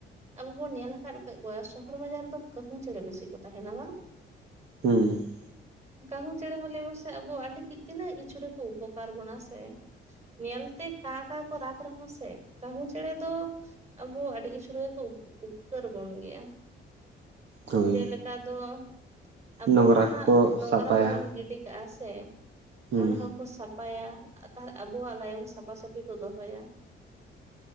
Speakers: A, on the right (about 35°); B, on the right (about 65°).
A: ᱟᱵᱚ ᱵᱚᱱ ᱧᱮᱞ ᱟᱠᱟᱫ ᱠᱟᱫ ᱠᱚᱣᱟ ᱥᱚᱦᱚᱨ ᱵᱟᱡᱟᱨ ᱨᱮᱫᱚ ᱠᱟᱹᱦᱩ ᱪᱮᱬᱮᱸ ᱵᱮᱥᱤ ᱠᱚ ᱛᱟᱦᱮᱸᱱᱟ ᱵᱟᱝ?
B: ᱦᱩᱸ <unintelligible>
A: ᱠᱟᱹᱦᱩ ᱪᱮᱸᱬᱮ ᱦᱚᱸ ᱞᱟᱹᱭ ᱢᱮᱥᱮ ᱟᱵᱚ ᱟᱹᱰᱤ ᱛᱤᱱᱟᱹᱜ ᱠᱤᱪᱷᱩ ᱨᱮᱠᱚ ᱩᱯᱚᱠᱟᱨ ᱵᱚᱱᱟ ᱥᱮ, ᱧᱮᱞᱛᱮ ᱠᱟᱸ ᱠᱟᱸ ᱠᱚ ᱨᱟᱜᱽ ᱨᱮᱦᱚᱸ ᱥᱮ ᱠᱟᱹᱦᱩ ᱪᱮᱬᱮᱸ ᱫᱚᱼᱼ ᱟᱵᱚ ᱟᱹᱰᱤ ᱠᱤᱪᱷᱩ ᱨᱮᱜᱮ ᱠᱚ ᱩᱯᱠᱟᱹᱨ <unintelligible> ᱵᱚᱱ ᱜᱮᱭᱟ᱾
B: ᱦᱳᱭ
A: ᱡᱮᱞᱮᱠᱟ ᱫᱚ ᱟᱵᱚ
B: ᱱᱚᱝᱨᱟ
A: ᱡᱟᱦᱟᱸ
B: ᱠᱚᱠᱚ
A: ᱱᱚᱝᱨᱟ
B: ᱥᱟᱯᱷᱟᱭᱟ
A: ᱜᱮᱵᱚᱱ ᱜᱤᱰᱤᱼᱼ ᱠᱟᱜᱼᱟ ᱥᱮ
B: ᱦᱩᱸ
A: ᱚᱸᱵᱟ ᱦᱚᱸᱠᱚ ᱥᱟᱯᱷᱟᱭᱟ ᱛᱟᱦᱮᱸ ᱟᱵᱚᱣᱟᱜ ᱞᱟᱭᱚᱝ ᱥᱟᱯᱼᱼ ᱥᱟᱯᱷᱟ ᱥᱟᱹᱯᱷᱤ ᱠᱚ ᱫᱚᱦᱚᱭᱟ᱾